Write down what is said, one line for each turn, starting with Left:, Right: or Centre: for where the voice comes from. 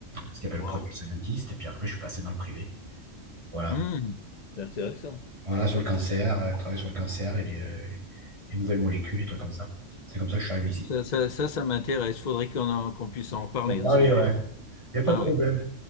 Right: ce qu'il appelle
Left: Wow.
Right: project scientist. Et puis après, je suis passé dans le privé. Voilà.
Left: Hmm. C'est intéressant.
Right: Voilà, sur le cancer, euh, travailler sur le cancer et les, euh, les nouvelles molécules, les trucs comme ça. C'est comme ça que je suis arrivé ici.
Left: Ça, ça, ça, ça m'intéresse. Faudrait qu'on en- qu'on puisse en reparler
Right: Bon,
Left: un de
Right: allez,
Left: ces
Right: ouais.
Left: jours. hein.
Right: Il n'y a pas
Left: Ah
Right: de problème.
Left: oui.